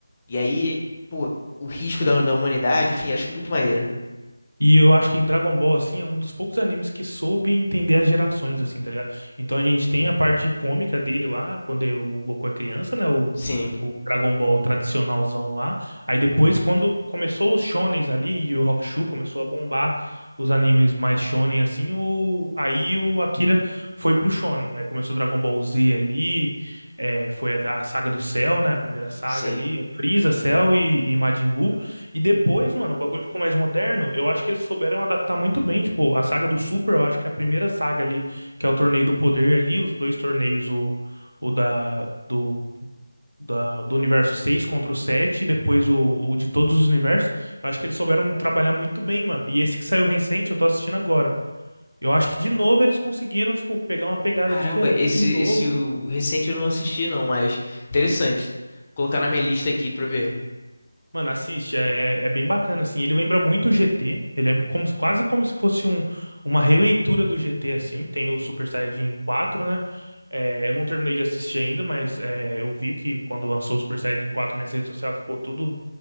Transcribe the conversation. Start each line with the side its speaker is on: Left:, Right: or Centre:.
Left: e aí, pô, o risco da da humanidade, enfim, acho muito maneiro.
Right: E eu acho que Dragon Ball, assim, é um dos poucos animes que soube entender as gerações, assim, tá ligado? Então a gente tem a parte cômica dele lá, quando é o Goku é criança, né? O,
Left: Sim,
Right: o Dragon Ball tradicionalzão lá. Aí depois, quando começou os shonens ali e o Hokushu começou a bombar os animes mais shonen, assim, o, aí o Akira foi pro shonen. Aí começou Dragon Ball Z ali, é, foi a, a saga do Cell, né? A primeira saga
Left: sim.
Right: ali, Frieza, Cell e, e Majin Buu. E depois, mano, o bagulho ficou mais moderno. Eu acho que eles souberam adaptar muito bem. Tipo, a saga do Super, eu acho que é a primeira saga ali, que é o Torneio do Poder ali, os dois torneios, o, o da, do, da, do universo 6 contra o 7 e depois o, o de todos os universos. Eu acho que eles souberam trabalhar muito bem, mano. E esse que saiu recente, eu tô assistindo agora. Eu acho que de novo eles conseguiram, tipo, pegar uma pegada
Left: Caramba,
Right: diferente
Left: esse,
Right: de novo
Left: esse o recente eu não assisti não, mas interessante. Colocar na minha lista aqui pra ver.
Right: Mano, assiste, é, é é bem bacana, assim. Ele lembra muito o GT, ele é como, quase como se fosse um, uma releitura do GT, assim. Tem o Super Saiyajin 4, né? É, eu não terminei de assistir ainda, mas é, eu vi que quando lançou o Super Saiyajin 4, minha rede social ficou tudo